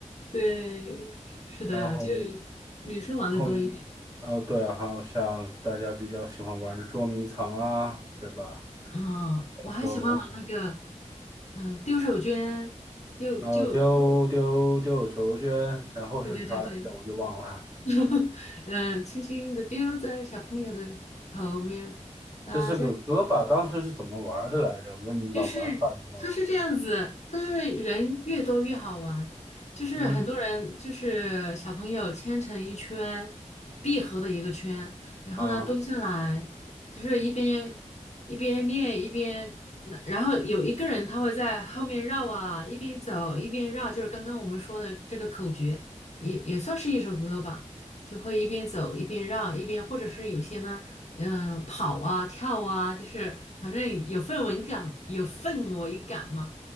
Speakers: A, on the left; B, on the right.
A: 对，是的，
B: 然后，
A: 就
B: 然
A: 女生玩的多一点。
B: 后一，啊，对啊，还有像大家比较喜欢玩的捉迷藏啊，对吧？
A: 啊，我还喜欢玩那个，
B: 小时候蛮喜欢，
A: 嗯、丢手绢，丢就
B: 呃，丢丢丢手绢，然后是啥来着？
A: 对对对对，
B: 我就忘了。
A: <laughs> 嗯、轻轻的丢在小朋友的后面，大家。
B: 这是个歌吧？当时是怎么玩的来着？我已经把玩法给忘了。
A: 就是它是这样子，它是人越多越好玩，就是很多人就是小朋友牵成一圈
B: 嗯
A: 闭合的一个圈，然后呢蹲下来，
B: 啊。
A: 就是一边一边练一边，那然后有一个人他会在后面绕啊，一边走一边绕，就是刚刚我们说的这个口诀，也也算是一首歌吧。就会一边走一边绕，一边或者是有些呢，嗯、跑啊跳啊，就是反正有氛围感，有氛围感嘛，